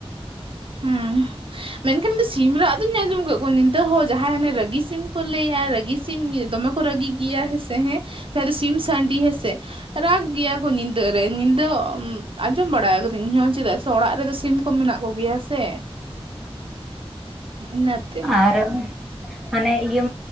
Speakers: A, in the centre; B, on the right (about 55°).
A: <inaudible>
B: ᱦᱩᱸ ᱢᱮᱱᱠᱷᱟᱱ ᱥᱤᱢ ᱨᱟᱜ ᱫᱚᱩᱧ ᱟᱸᱡᱚᱢ ᱠᱟᱫ ᱠᱚᱣᱟ ᱧᱤᱫᱟᱹ ᱦᱚᱸ ᱡᱟᱦᱟᱸᱭ ᱦᱟᱱᱮ ᱨᱟᱹᱜᱤ ᱥᱤᱢ ᱠᱚ ᱞᱟᱹᱭᱟ ᱨᱟᱹᱜᱤ ᱥᱤᱢ ᱫᱚᱢᱮ ᱠᱚ ᱨᱟᱹᱜᱤ ᱜᱮᱭᱟ ᱦᱮᱸ ᱥᱮ ᱦᱮᱸ ᱥᱤᱢ ᱥᱟᱺᱰᱤ ᱦᱮᱸ ᱥᱮ ᱨᱟᱜᱽ ᱜᱮᱭᱟ ᱠᱚ ᱧᱤᱫᱟᱹ ᱨᱮ ᱧᱤᱫᱟᱹ ᱟᱸᱡᱚᱢ ᱵᱟᱲᱟ ᱟᱠᱟᱹᱫᱟᱹᱧ ᱦᱚᱸ ᱪᱮᱫᱟᱜ ᱥᱮ ᱚᱲᱟᱜ ᱨᱮᱫᱚ ᱥᱤᱢ ᱠᱚ ᱢᱮᱱᱟᱜ ᱠᱚᱜᱮᱭᱟ ᱥᱮ ᱤᱱᱟᱹᱛᱮ
A: ᱟᱨ ᱢᱟᱱᱮ ᱤᱭᱟᱹ